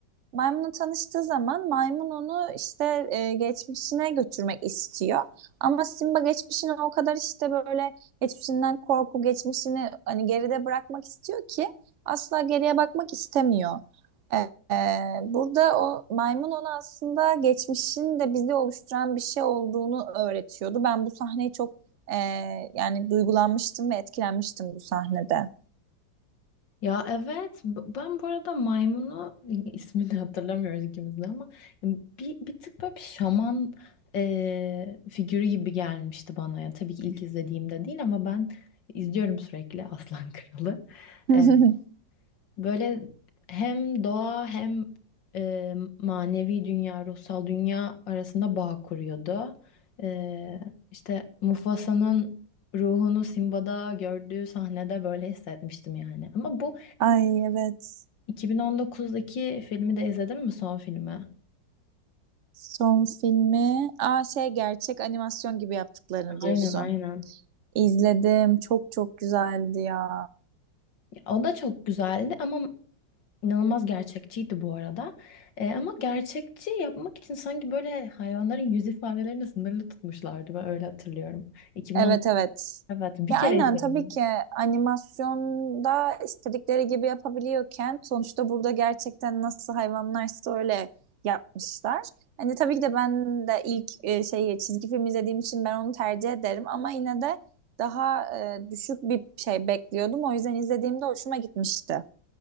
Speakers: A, on the right (about 65°); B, on the left (about 70°).
A: Maymunla tanıştığı zaman maymun onu işte e, geçmişine götürmek istiyor. Ama Simba geçmişine o kadar işte böyle geçmişinden korku, geçmişini hani geride bırakmak istiyor ki asla geriye bakmak istemiyor. E, e, burada o maymun ona aslında geçmişin de bizi oluşturan bir şey olduğunu öğretiyordu. Ben bu sahneyi çok e, yani duygulanmıştım ve etkilenmiştim bu sahnede.
B: Ya evet b- ben bu arada maymunu <laughs> ismini hatırlamıyoruz ikimiz de ama bir, bir tık böyle bir şaman e, figürü gibi gelmişti bana. Yani tabii ki ilk izlediğimde değil ama ben izliyorum sürekli Aslan <laughs> Kralı.
A: <laughs>
B: E, böyle hem doğa hem e, manevi dünya, ruhsal dünya arasında bağ kuruyordu. E, işte Mufasa'nın ruhunu Simba'da gördüğü sahnede böyle hissetmiştim yani. Ama bu
A: Ay evet.
B: 2019'daki filmi de izledin mi son filmi?
A: Son filmi. Aa şey gerçek animasyon gibi yaptıklarını
B: Aynen
A: diyorsun.
B: aynen.
A: İzledim. Çok çok güzeldi ya.
B: Ya, O da çok güzeldi ama inanılmaz gerçekçiydi bu arada. Ee, ama gerçekçi yapmak için sanki böyle hayvanların yüz ifadelerini sınırlı tutmuşlardı. Ben öyle hatırlıyorum. 2019
A: Evet evet.
B: evet bir
A: Ya
B: kere
A: aynen
B: izledim.
A: tabii ki animasyonda istedikleri gibi yapabiliyorken sonuçta burada gerçekten nasıl hayvanlarsa öyle yapmışlar. Hani tabii ki de ben de ilk e, şeyi çizgi film izlediğim için ben onu tercih ederim ama yine de daha e, düşük bir şey bekliyordum. O yüzden izlediğimde hoşuma gitmişti.